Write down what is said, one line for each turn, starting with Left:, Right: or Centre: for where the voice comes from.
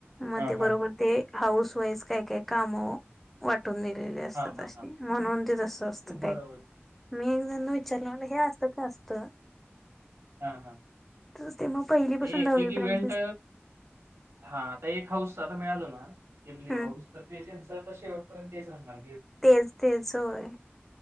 Centre: मग
Right: हां,
Centre: ते बरोबर
Right: हां,
Centre: ते हाऊस वाईज काय काय काम वाटत करून दिलेले असतात
Right: हां, हां,
Centre: अशी
Right: हां.
Centre: म्हणून ते तस असतं
Right: बरोबर.
Centre: काय मी एक जणला विचारलंलं हे असं का असतं
Right: हा हा
Centre: तर ते मग पहिलीपासून
Right: ते एक
Centre: दहावीपर्यंतचेच
Right: एक इव्हेंट हा आता एक हाऊस आता मिळालं ना ब्ल्यू
Centre: हम्म
Right: हाऊस तर ते त्यांच आता शेवटपर्यंत सांगा
Centre: तेच तेच होय.